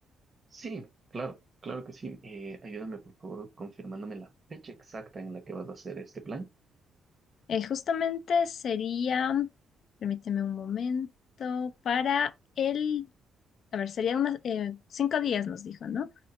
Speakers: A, on the right (about 35°); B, on the left (about 65°).
A: Sí, claro, claro que sí. Eh, ayúdame por favor confirmándome la fecha exacta en la que vas a hacer este plan.
B: Eh, justamente sería, permíteme un momento, para el, a ver, sería unos cinco días, nos dijo, ¿no?